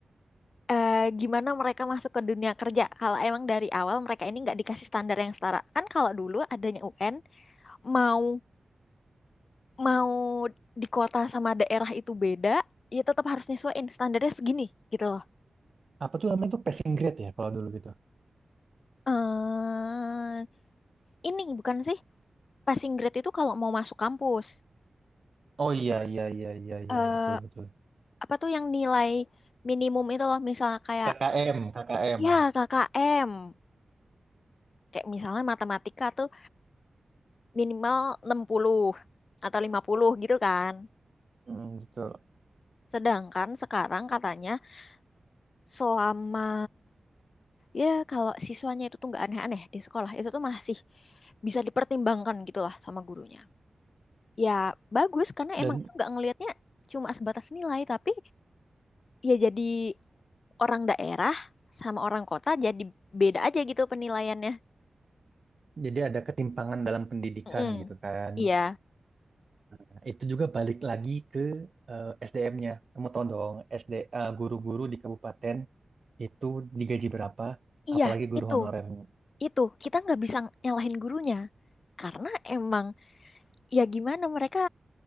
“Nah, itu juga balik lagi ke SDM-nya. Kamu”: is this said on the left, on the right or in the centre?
Right